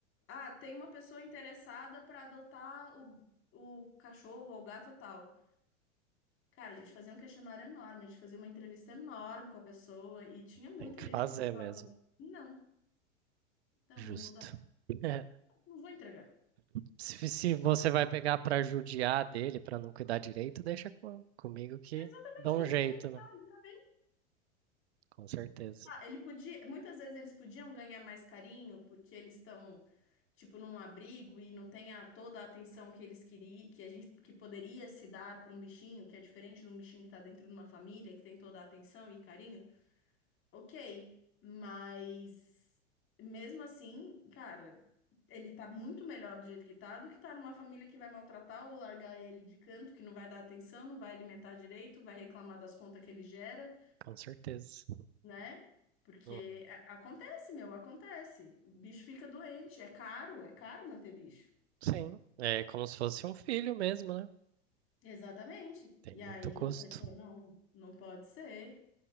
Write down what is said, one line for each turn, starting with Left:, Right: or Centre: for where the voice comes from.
Left: ah, tem uma pessoa interessada para adotar o, o cachorro ou o gato tal. Cara, a gente fazia um questionário enorme, a gente fazia uma entrevista enorme com a pessoa e tinha muita
Right: Tem que
Left: gente
Right: fazer
Left: que a gente falava,
Right: mesmo,
Left: não, não,
Right: justo.
Left: não vou dar,
Right: <laughs> É,
Left: não vou entregar.
Right: se, se você vai pegar pra judiar dele, pra não cuidar direito, deixa com, comigo que
Left: Exatamente,
Right: dá um
Left: deixa
Right: jeito,
Left: como ele tá,
Right: né?
Left: ele tá bem.
Right: Com certeza,
Left: Ah, ele podia, muitas vezes eles podiam ganhar mais carinho porque eles estão tipo num abrigo e não tem a, toda a atenção que eles queriam, que a gente que poderia se dar para um bichinho, que é diferente de um bichinho que tá dentro de uma família, que tem toda a atenção e carinho. OK, mas mesmo assim, cara, ele tá muito melhor do jeito que tá do que tá numa família que vai maltratar ou largar ele de canto, que não vai dar atenção, não vai alimentar direito, vai reclamar das contas que ele gera.
Right: com certeza.
Left: né? Porque
Right: Uhum.
Left: a- acontece, meu, acontece. O bicho fica doente, é caro, é caro manter bicho.
Right: Sim, é como se fosse um filho mesmo, né?
Left: Exatamente.
Right: Tem
Left: E
Right: muito
Left: aí,
Right: custo.
Left: falei, pô, não, não pode ser.